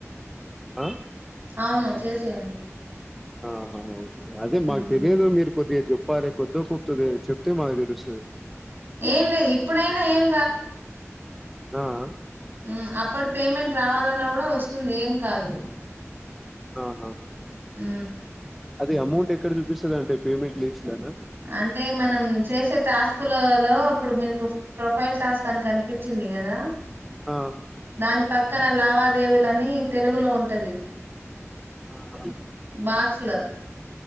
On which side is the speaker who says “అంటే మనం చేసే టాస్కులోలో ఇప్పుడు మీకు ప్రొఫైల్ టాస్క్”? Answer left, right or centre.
Right